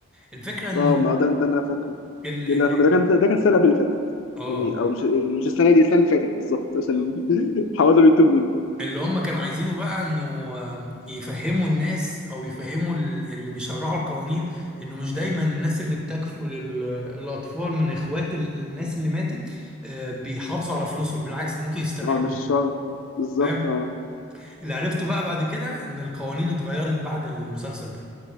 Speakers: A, in the centre; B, on the left (about 70°).
A: الفكره انه
B: اه ما هو ده ده اللي انا فاكره
A: ال...
B: ده
A: ال...
B: اللي انا فاكره
A: ال...
B: ده كان ده كان السنه اللي قبل اللي فاتت
A: اه
B: يعني او مش يعني مش السنه دي السنه اللي فاتت بالظبط عشان <laughs> حوالي بيتوه مني
A: اللي هم كانوا عايزينه بقى انه آه، يفهموا الناس او يفهموا ال- اللي بيشرعوا القوانين انه مش دايما الناس اللي بتكفل ال- الاطفال من اخوات ال- الناس اللي ماتت آه، بيحافظوا على فلوسهم بالعكس ده ممكن يستغلوهم
B: اه مش الشهر بالظبط
A: فاهم
B: اه
A: اللي عرفته بقى بعد كده ان القوانين اتغيرت بعد المسلسل ده